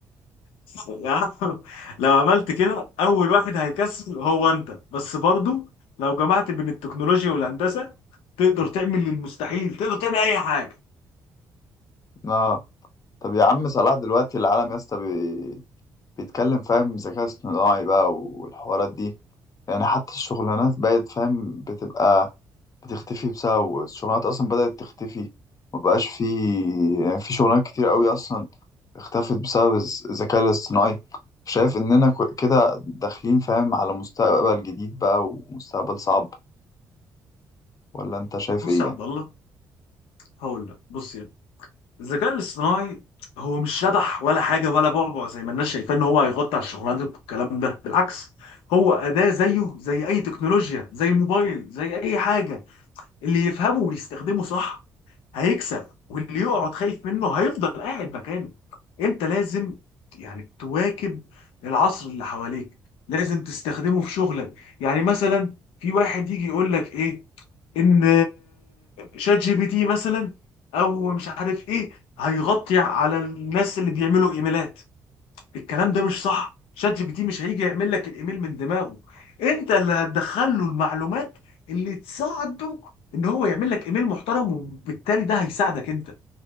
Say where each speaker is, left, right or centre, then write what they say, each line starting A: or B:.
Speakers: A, on the left; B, on the left.
A: يا عم لو عملت كده اول واحد هيكسل هو انت بس برضو لو جمعت بين التكنولوجيا والهندسه تقدر تعمل المستحيل تقدر تعمل اي حاجه
B: آه طب يا عم صلاح دلوقتي العالم يا اسطى بي... بيتكلم فاهم ذكاء اصطناعي بقى والحوارات دي يعني حتى الشغلانات بقت فاهم بتبقى بتختفي بسبب والشغلانات اصلا بدأت تختفي مبقاش في يعني في شغلانات كتير قوي اصلا اختفت بسبب الز- الذكاء الاصطناعي شايف اننا ك- كده داخلين فاهم على مستقبل جديد بقى ومستقبل صعب ولا انت شايف
A: بص
B: ايه
A: يا
B: يعني
A: عبد الله هقول لك بص يعني الذكاء الاصطناعي هو مش شبح ولا حاجه ولا بعبع زي ما الناس شايفاه ان هو هيغطي على الشغلانات والكلام ده بالعكس هو اداه زيه زي اي تكنولوجيا زي الموبايل زي اي حاجه اللي يفهمه ويستخدمه صح هيكسب واللي يقعد خايف منه هيفضل قاعد مكانه انت لازم يعني تواكب العصر اللي حواليك لازم تستخدمه في شغلك يعني مثلا في واحد يجي يقول لك ايه ان شات جي بي تي مثلا او مش عارف ايه هيغطي على الناس اللي بيعملوا ايميلات الكلام ده مش صح شات جي بي تي مش هيجي يعمل لك الايميل من دماغه انت اللي هتدخل له المعلومات اللي تساعده ان هو يعمل لك ايميل محترم وبالتالي ده هيساعدك انت